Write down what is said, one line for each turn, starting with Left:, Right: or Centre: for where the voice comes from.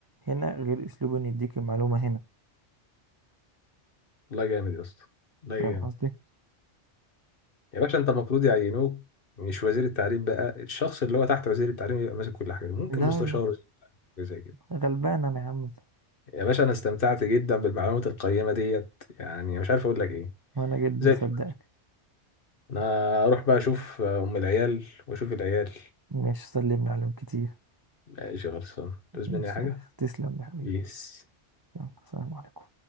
Right: هنا غير أسلوب إن يديك المعلومة هنا
Left: والله جامد يا اسطى والله
Right: فاهم
Left: جامد
Right: قصدي؟
Left: يا باشا انت المفروض يعينوك مش وزير التعليم بقى الشخص اللي هو تحت وزير التعليم يبقى ماسك كل حاجه دي. ممكن
Right: لا
Left: مستشار
Right: لا
Left: وزير التعليم، حاجه زي كده
Right: غلبان أنا يا عم
Left: يا باشا انا استمتعت جدا بالمعلومات القيمه ديت يعني مش عارف اقول لك ايه
Right: وأنا جدا
Left: زي
Right: صدقني
Left: الفل انا اروح بقى اشوف ام العيال واشوف العيال
Right: مش سلمني عليهم كتير
Left: ماشي خلصان تعوز
Right: مش
Left: مني أي حاجه
Right: عارف تسلم يا حبيبي
Left: بيس
Right: يلا، السلام عليكم